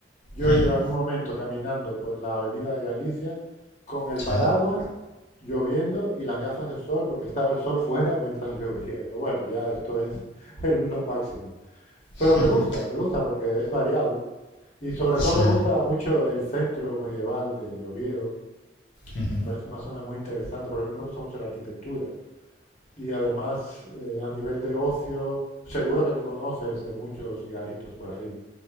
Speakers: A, on the left; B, on the left.
A: Yo
B: Ujú,
A: iba en un momento caminando por la avenida de Galicia con el
B: Sí,
A: paraguas, lloviendo y las gafas de sol, porque estaba el sol fuera mientras llovía. Digo, bueno, ya esto es <laughs> el- lo máximo. Pero
B: ujú,
A: me gusta, me gusta porque es variado. Y sobre todo
B: sí,
A: me gusta mucho el centro medieval de, de Oviedo.
B: ujú.
A: Me parece una zona muy interesante, porque a mí me gusta mucho la arquitectura. Y además, eh, a nivel de ocio, seguro que tú conoces eh, muchos garitos por ahí.